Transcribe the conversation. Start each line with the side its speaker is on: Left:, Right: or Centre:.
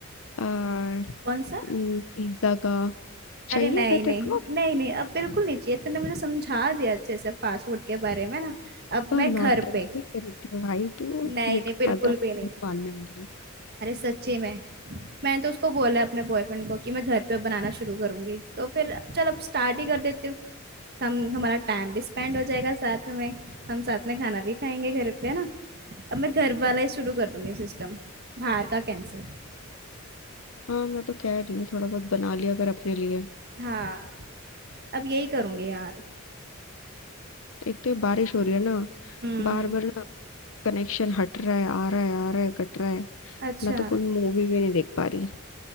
Left: आ,
Right: कौन
Left: पिज्जा
Right: सा
Left: का चाहिए
Right: अरे नहीं
Left: क्या तेरे
Right: नहीं
Left: को
Right: नहीं नहीं अब बिल्कुल नहीं चाहिए तूने मुझे समझा दिया अच्छे से पासवर्ड के बारे में ना अब
Left: तो
Right: मैं
Left: नौटंकी
Right: घर पे
Left: करती हूँ भाई तू
Right: नहीं
Left: मेरे को
Right: नहीं बिल्कुल
Left: पता है तू
Right: भी नहीं
Left: नहीं मानने वाली
Right: अरे सच्ची में मैंने तो उसको बोला अपने बॉयफ्रेंड को कि मैं घर पे बनाना शुरू करूंगी तो फिर चल अब स्टार्ट ही कर देती हूँ हम हमारा टाइम भी स्पेंड हो जाएगा साथ में हम साथ में खाना भी खाएंगे घर पे है ना अब मैं घर वाला ही शुरू कर दूंगी सिस्टम बाहर का कैंसिल
Left: हाँ मैं तो कह रही हूँ थोड़ा बहुत बना लिया अगर अपने लिए
Right: हाँ अब यही करूंगी यार
Left: एक तो ये बारिश हो रही है ना
Right: हम्म
Left: बार बार ना कनेक्शन हट रहा है आ रहा है आ रहा है कट रहा है
Right: अच्छा
Left: मैं तो कोई मूवी भी नहीं देख पा रही